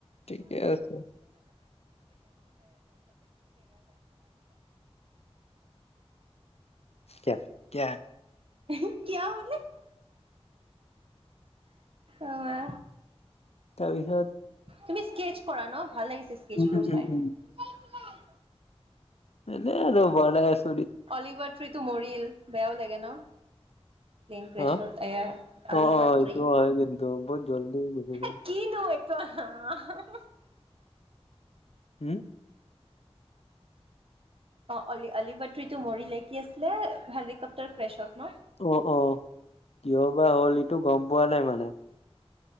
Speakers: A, on the left (about 70°); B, on the right (about 60°).
A: ঠিকে আছে। ক কিয়া।
B: <unintelligible> <unintelligible> অমা
A: তাৰপিছত।
B: তুমি স্কেচ কৰা ন ভাল লাগিছে। স্কেকচ
A: উম
B: বোৰ
A: উম
B: চাই।
A: উম এনে, আৰু বনাই আছোঁ।
B: অলিভাৰ ট্ৰিতটো মৰিল। বেয়াও লাগে ন। প্লেনক্ৰেচট
A: হা
B: এয়া অলিভাট্ৰি
A: অ অ এইটো হয় কিন্তু বহুত জল্দি গুচি গ'ল
B: এ কিনো <unintelligible>
A: হম।
B: অ অলি অলিবাট্ৰিতো মৰিলে কি আছিলে হেলিকপ্টাৰ ক্ৰেছক ন।
A: অ, অ কিয় বা হ'ল ইটো গম পোৱা নাই মানে।